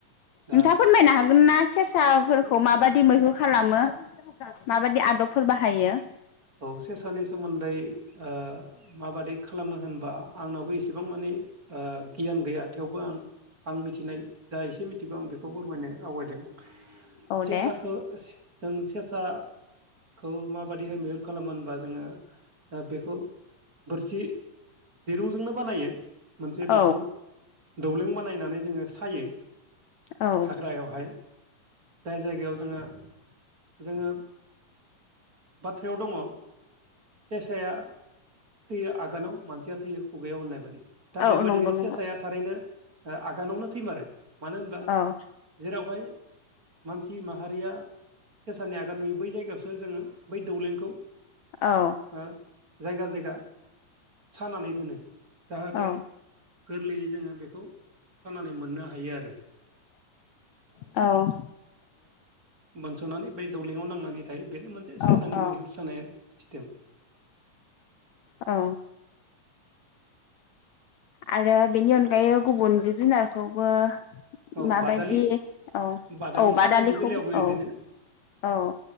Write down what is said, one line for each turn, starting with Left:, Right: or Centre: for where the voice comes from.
Right: दा
Left: नोंथाङा फोरमायनो हागोन ना? सेसाफोरखौ माबादि मैहुर खालामो माबादि आदबफोर बाहायो?
Right: औ सेसानि सोमोन्दै ओ माबादि खालामो होनबा आंनावबो एसेबां मानि ओ गियान गैया थेवबो आं आं मिथिनाय जा एसे मिथिगौ आं बेखौ फोरमायनो आवगायदों
Left: औ
Right: सेेसाखो
Left: दे
Right: जों सेसाखो माबादिहाय मैहुर खालामो होनबा जोङो ओ बेखौ बोरसि दिरुंजोंनो बानायो मोनसे
Left: औ
Right: बेखौ दौलें बानायनानै जोङो सायो।
Left: औ
Right: हाग्रायावहाय जाय जायगायाव जोङो जोङो बाथ थ्रायाव दङ सेसाया थैयो आगानाव मानसिया थैयो खुगायाव होननाय बायदि दा
Left: औ
Right: बेबादिहाय
Left: नंगौ नंगौ
Right: सेसाया थारैनो ओ आगानावनो थैमारो। मानो होनबा
Left: औ
Right: जेरावहाय मानसि माहारिया सेसानि आगान नुयो बै जायगायावसो जोङो बै दौलेंखौ
Left: औ
Right: ओ जायगा जायगा सानानै दोनो जाहाथे
Left: औ
Right: गोरलैयै जोङो बेखौ सानानै मोननो हायो आरो
Left: औ
Right: बानस'नानै बै दौलेङाव नांनानै थायो बेनो मोनसे सेसानि
Left: औ
Right: मैहुर सानाय सिस्टेम।
Left: औ आरो बेनि अनगायै गुबुन जिब जुनारखौबो
Right: औ
Left: माबायदि
Right: बादालि
Left: औ औ
Right: बादालि सानायनि
Left: बादालिखौबो
Right: बेलायावबो बिदिनो
Left: औ औ